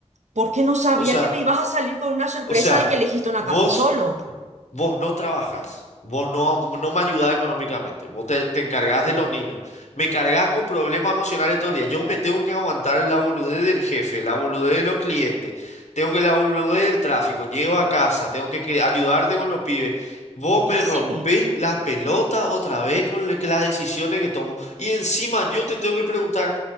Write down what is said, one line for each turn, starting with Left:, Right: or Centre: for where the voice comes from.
Right: porque no sabía
Left: O sea,
Right: que me ibas a salir con una sorpresa
Left: o sea,
Right: de que elegiste una
Left: vos...
Right: casa solo.
Left: vos no trabajás, vos no, no me ayudás económicamente, vos te, te encargás de los niños, me cargás con problemas emocionales todo el día, yo me tengo que aguantar la boludez del jefe, la boludez de los clientes, tengo que la boludez del tráfico, llego a casa, tengo que cre- ayudarte con los pibes, vos
Right: Y
Left: me
Right: sí,
Left: rompés las pelotas otra vez con le- las decisiones que tomo y encima yo te tengo que preguntar.